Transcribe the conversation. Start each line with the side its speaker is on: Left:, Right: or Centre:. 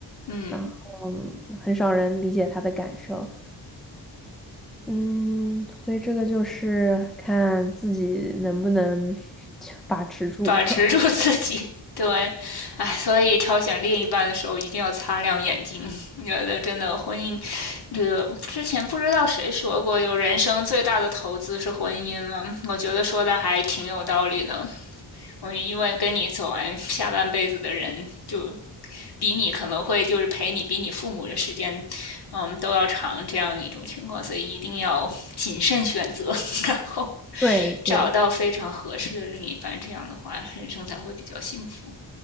Left: 嗯。
Centre: 然后嗯很少人理解他的感受。嗯，所以这个就是看自己能不能 <laughs> 把持住吧。
Left: 把持住自己。<laughs> 对，哎，所以挑选另一半的时候一定要擦亮眼睛。<laughs> 觉得真的婚姻，这个之前不知道谁说过，有人生最大的投资是婚姻吗？我觉得说的还挺有道理呢。我因为跟你走完下半辈子的人，就比你可能会就是陪你比你父母的时间，嗯，都要长这样一种情况，所以一定要谨慎选择，然后
Centre: <laughs> 对对
Left: 找到非常合适的另一半，这样的话人生才会比较幸福。